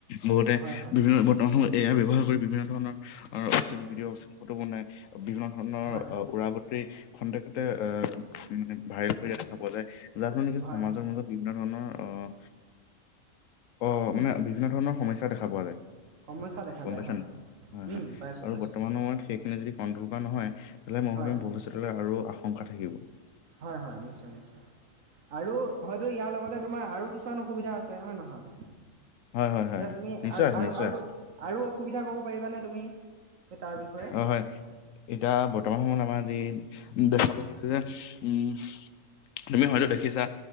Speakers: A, on the left; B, on the right.
A: বহুতে
B: হয়, হয়,
A: বিভিন্ন বৰ্তমান সময়ত এয়া ব্যৱহাৰ কৰি বিভিন্ন ধৰণৰ অশ্লীল ভিডিঅ' অশ্লীল ফটো বনাই বিভিন্ন ধৰণৰ
B: হয়,
A: অহ উৰা বাতৰি খন্তেকতে এ মানে ভাইৰেল কৰি দেখা পোৱা যায় যাৰ ফলত নেকি
B: হয়,
A: সমাজৰ
B: হয়,
A: মাজত বিভিন্ন ধৰণৰ অহ অ',
B: উম,
A: মানে বিভিন্ন ধৰণৰ সমস্যা দেখা পোৱা যায়।
B: সমস্যা দেখা
A: গম
B: যায়
A: পাইছা
B: হয়,
A: নাই, হয়
B: উম,
A: হয়
B: পাইছোঁ,
A: আৰু
B: পাইছোঁ,
A: বৰ্তমান সময়ত সেইখিনি যদি কণ্ট্ৰল কৰা নহয় তেলে মই
B: হয়,
A: ভাবিম ভৱিষ্যতলৈ আৰু আশংকা থাকিব
B: হয় হয় নিশ্চয় নিশ্চয়। আৰু হয়তো ইয়াৰ লগতে তোমাৰ আৰু কিছুমান অসুবিধা আছে হয় নহয়।
A: হয় হয় হয়
B: এতিয়া
A: হয়
B: তুমি
A: নিশ্চয় আছে
B: আৰু
A: নিশ্চয়
B: আৰু
A: আছে
B: আৰু অসুবিধা ক'ব পাৰিবানে তুমি? সেই তাৰ বিষয়ে?
A: অ', হয় এতিয়া বৰ্তমান সময়ত আমাৰ যি দেখা পাবলৈ উম, তুমি হয়তো দেখিছা